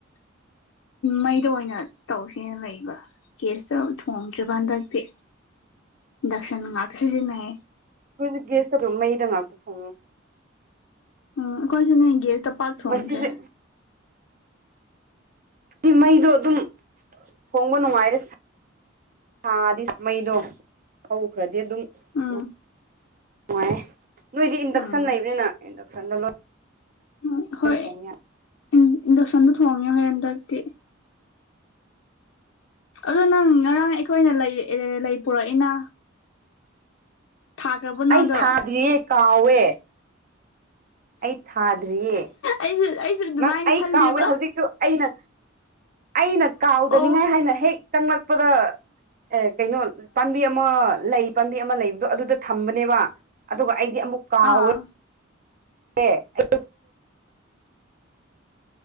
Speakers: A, on the left; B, on the right.
A: ꯃꯩꯗ ꯑꯣꯏꯅ ꯇꯧꯁꯦꯅ ꯂꯩꯕ ꯒꯦꯁꯇ ꯊꯣꯡꯗ꯭ꯔꯤꯕ ꯍꯟꯗꯛꯇꯤ ꯏꯟꯗꯛꯁꯟ ꯉꯥꯛꯇ ꯁꯤꯖꯤꯟꯅꯩ꯫
B: ꯑꯩꯈꯣꯏꯛ ꯒꯦꯁ ꯀꯧ ꯃꯩꯗ ꯉꯥꯛꯇ ꯊꯣꯡꯉꯦ꯫
A: ꯎꯝ ꯑꯩꯈꯣꯏꯁꯨꯅꯦ ꯒꯦꯁꯇ ꯄꯥꯛ ꯊꯣꯡꯗ꯭ꯔꯦ꯫
B: ꯉꯁꯤꯁꯦ ꯍꯥꯏꯗꯤ ꯃꯩꯗꯣ ꯑꯗꯨꯝ ꯊꯣꯡꯕ ꯅꯨꯡꯉꯥꯏꯔꯦ꯫ ꯊꯥꯗꯤ ꯃꯩꯗꯣ ꯍꯧꯈ꯭ꯔꯗꯤ ꯑꯗꯨꯝ
A: ꯎꯝ
B: ꯎ ꯅꯨꯡꯉꯥꯏ ꯅꯣꯏꯗꯤ ꯏꯟꯗꯛꯁꯟ
A: ꯎꯝ
B: ꯂꯩꯕꯅꯤꯅ ꯏꯟꯗꯛꯁꯟꯗ ꯂꯣꯏ
A: ꯎꯝ ꯍꯣꯏ
B: ꯊꯣꯡꯉꯦ
A: ꯏꯟꯗꯛꯁꯟꯗ ꯊꯣꯡꯉꯦ ꯍꯣꯏ ꯍꯟꯗꯛꯇꯤ ꯑꯗꯨ ꯅꯪ ꯉꯔꯥꯡ ꯑꯩꯈꯣꯏꯅ ꯂꯩ ꯄꯨꯔꯛꯏꯅ ꯊꯥꯈ꯭ꯔꯕ ꯅꯗꯣ
B: ꯑꯩ ꯊꯥꯗ꯭ꯔꯤꯌꯦ ꯀꯥꯎꯋꯦ꯫ ꯑꯩ ꯊꯥꯗ꯭ꯔꯤꯌꯦ
A: ꯑꯩꯁꯨ ꯑꯩꯁꯨ ꯑꯗꯨꯃꯥꯏꯅ
B: ꯅꯪ ꯑꯩ
A: ꯈꯜꯂꯦꯕ
B: ꯀꯥꯎꯋꯦ ꯍꯧꯖꯤꯛꯁꯨ ꯑꯩꯅ ꯑꯩꯅ ꯀꯥꯎꯗꯅꯤꯡꯉꯥꯏ
A: ꯑꯣ
B: ꯍꯥꯏꯅ ꯍꯦꯛ ꯆꯪꯂꯛꯄꯗ ꯑꯦ ꯀꯩꯅꯣ ꯄꯥꯝꯕꯤ ꯑꯃ ꯂꯩ ꯄꯥꯝꯕꯤ ꯑꯃ ꯂꯩꯕꯗꯣ ꯑꯗꯨꯗ ꯊꯝꯕꯅꯦꯕ ꯑꯗꯨꯒ ꯑꯩꯗꯤ ꯑꯃꯨꯛ ꯀꯥꯎꯋꯦ
A: ꯑꯥ
B: <unintelligible>